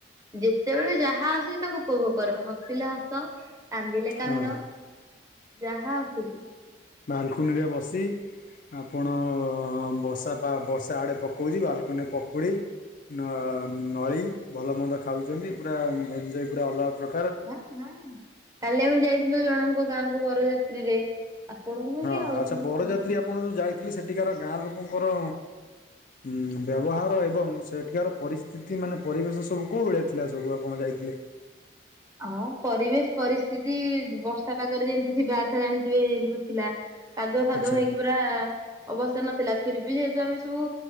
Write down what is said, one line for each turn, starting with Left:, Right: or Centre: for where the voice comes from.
Right: ଯେତେବେଳେ ଯାହା ଆସୁଚି ତାକୁ ଉପଭୋଗ କର ହସିଲେ ହସ କାନ୍ଦିଲେ କାନ୍ଦ
Left: ହଁ।
Right: ଯାହା ଆସୁଚି।
Left: ମାଲକୁନିରେ ବସି ଆପଣ ବର୍ଷା ପା ବର୍ଷା ଆଡ଼େ ପକଉଚି ବାଲୁକୁନିରେ ପକୁଡ଼ି ନ ନଳି ଭଲମନ୍ଦ ଖାଉଚନ୍ତି ପୁରା ଏଞଜୟ ପୁରା ଅଲଗା ପ୍ରକା
Right: ହଁ ହଁ କାଲି ଆମେ ଯାଇଥିଲୁ ଜଣଙ୍କ ଗାଁକୁ ବରଯାତ୍ରୀରେ ଆପଣଙ୍କୁ
Left: ହଁ
Right: କି ଆଉ
Left: ଆଚ୍ଛା
Right: ଜଣଙ୍କୁ
Left: ବରଯାତ୍ରୀ
Right: ବୋଧେ
Left: ଆପଣ ଯୋଉ ଯାଇଥିଲେ ସେଠିକାର ଗାଁ ଲୋକଙ୍କର ଉଁ ବ୍ୟବହାର ଏବଂ ସେଠିକାର ପରିସ୍ଥିତି ମାନେ ପରିବେଶ ସବୁ କୋଉ ଭଳିଆ ଥିଲା ସବୁ ଆପଣ ଯାଇଥିଲେ?
Right: ହଁ ପରିବେଶ ପରିସ୍ଥିତି ବର୍ଷା ପାଗରେ ଯେମିତି ଥିବାଥ ଜାଣିଥିବେ ଯେମ ଥିଲା। କାଦୁଅ ଫାଦୁଅ
Left: ଆଚ୍ଛା
Right: ହେଇକି ପୁରା ଅବସ୍ଥାରେ ନଥିଲା ଫିରିବି ଯେହେତୁ ଆମେ ସବୁ